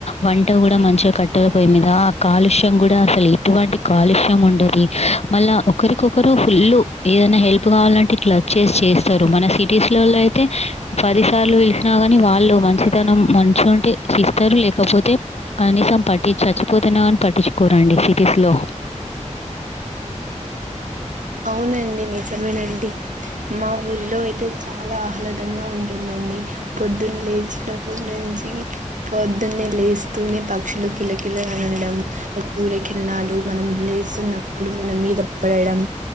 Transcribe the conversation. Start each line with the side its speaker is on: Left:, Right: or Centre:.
Left: వం ట కూడా మంచిగా కట్టెలపోయి మీద ఆ కాలుష్యం కూడా అసలు ఎటువంటి కాలుష్యం ఉండది మళ్ళీ ఇలా ఒకరికొకరు ఫుల్ ఏదైనా హెల్ప్ కావాలంటే ఇట్లా చేసి చేస్తారు మన సిటీస్ లోల అయితే పదిసార్లు పలిసినా కాని వాళ్ళు మంచితనం మంచు అంటే చేస్తారు లేకపోతే కనీసం పట్టి చచ్చిపోతేన్నా అని పట్టించుకోరండి సిటీస్ లో
Right: అవునండి నిజమేనండి మా ఊరిలో అయితే చాలా ఆహ్లాదంగా ఉంటుందండి. పొద్దున్న లేచినప్పుటి నుంచి పొద్దున్నే లేస్తూనే పక్షులు కిలకిల అనడం సూర్యకిరణాలు మనం లేస్తున్నప్పుడు మన మీద పడడం.